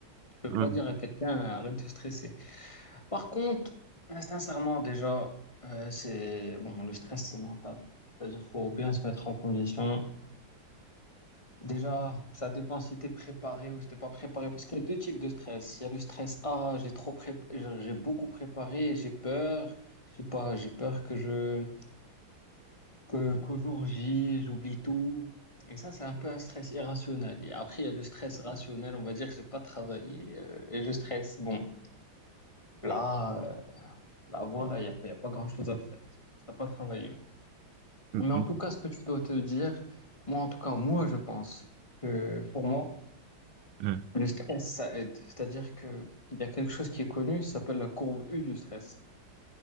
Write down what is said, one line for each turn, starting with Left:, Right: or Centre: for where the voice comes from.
Left: Tu peux
Right: Hum,
Left: pas dire à quelqu'un arrête de stresser. Par contre, euh, sincèrement, déjà, euh, c'est bon, le stress, c'est mental. C'est-à-dire, faut bien se mettre en condition. Déjà, ça dépend si t'es préparé ou si t'es pas préparé parce qu'il y a deux types de stress. Il y a le stress, ah, j'ai trop prép... j'ai j'ai beaucoup préparé, j'ai peur, je sais pas, j'ai peur que je que, qu'au jour J, j'oublie tout. Et ça, c'est un peu un stress irrationnel. Et après, il y a le stress rationnel. On va dire que j'ai pas travaillé euh, et je stresse. Bon, là, euh, là, voilà, il n'y a, pas- il y a pas grand-chose à faire. T'as pas travaillé.
Right: hum,
Left: Mais en
Right: hum,
Left: tout cas, ce que tu dois te dire, moi, en tout cas, moi, je pense que pour moi,
Right: hum.
Left: le stress, ça aide. C'est-à-dire que il y a quelque chose qui est connu, ça s'appelle la courbe U du stress.